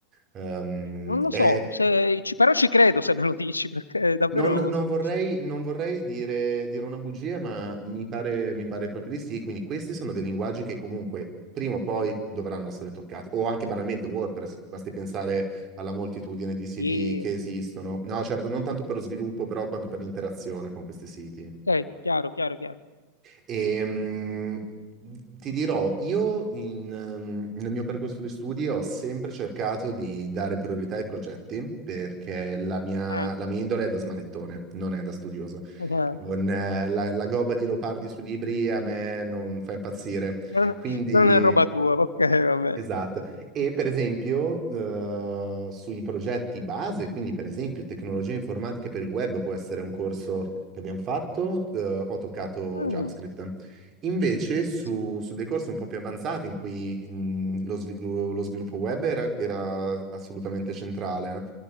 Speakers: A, on the right; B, on the left.
A: Ehm,
B: Non lo
A: è
B: so, se- ci- però ci credo se me lo dici, <laughs> perché davvero
A: non,
B: non lo
A: non
B: so.
A: vorrei, non vorrei dire, dire una bugia, ma mi pare, mi pare proprio di sì. Quindi questi sono dei linguaggi che comunque prima o poi dovranno essere toccati. O anche banalmente WordPress, basti pensare alla moltitudine di siti
B: E-
A: che esistono. No, certo, non tanto per lo sviluppo, però quanto per l'interazione con questi siti.
B: Ok, chiaro, chiaro, chiaro.
A: E, mh, ti dirò, io in, ehm, nel mio percorso di studi ho sempre cercato di dare priorità ai progetti perché la mia,
B: Mm.
A: la mia indole è da smanettone, non è da studioso.
B: <laughs>
A: Non, eh, la, la gobba di Leopardi sui libri a me non fa impazzire.
B: Non,
A: Quindi...
B: non è roba tua, ok, vabbè.
A: Esatto, e per esempio, eh, sui progetti base, quindi per esempio tecnologie informatiche per il web può essere un corso che abbiamo fatto, eh, ho toccato
B: Mm,
A: JavaScript. Invece su,
B: sì,
A: su dei corsi un po' più avanzati in cui mh, lo, svi- lo- lo sviluppo web era, era assolutamente centrale, no?